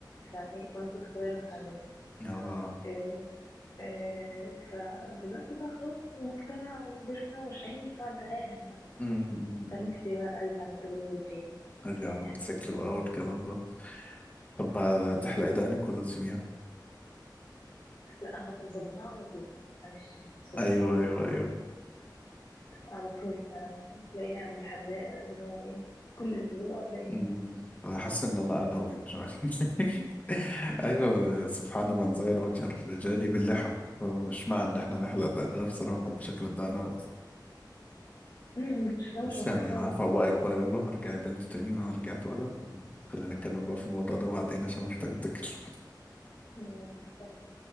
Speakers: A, on the left; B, on the left.
A: فايه وانا كنت صغيره فاتعلمت
B: اه
A: إيه... إيه... فدلوقتي بقى خلاص في المجتمع وكبرنا وماشيين فانت عارف بقى
B: امم أمم،
A: فنفسي
B: أمم.
A: بقى ارجع للتجربه دي تاني
B: ارجع
A: ياه.
B: على الموتوسيكل بقى والكلام ده طب هتحلقي دقنك ولا تسيبيها
A: لا هبقى مظبطها على طول معلش يعني سوري
B: ايوه ايوه ايوه
A: على طول بقى تلاقيني عند الحلاق اللي هو ايه كل اسبوع تلاقيني
B: مم.
A: هناك
B: انا حاسس ان انا انوي مش عارف <laughs> ايوه سبحان من زين وجه الرجال باللحى أنا مش مع ان احنا نحلق دقننا أنا بصراحه بحب شكل الدقن أوي.
A: م- م، شكلها
B: بس
A: مش لطيف
B: يعني
A: خالص
B: هفوقك
A: بصراحه
B: بقى يلا ارجعي بنت تاني وانا رجعت ولد خلينا نتكلم بقى في الموضوع ده بعدين عشان محتاج افتكر
A: يعني بس